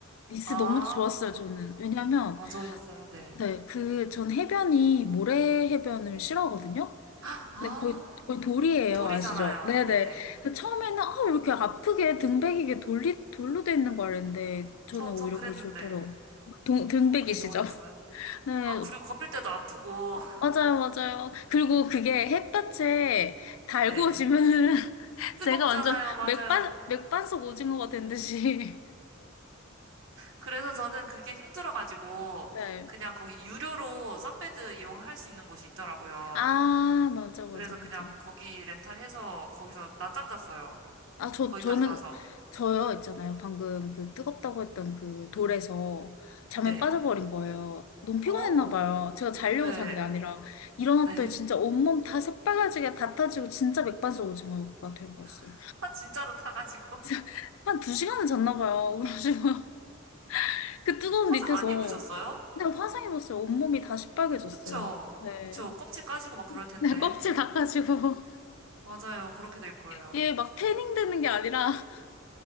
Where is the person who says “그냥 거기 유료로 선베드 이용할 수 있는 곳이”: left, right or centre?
Right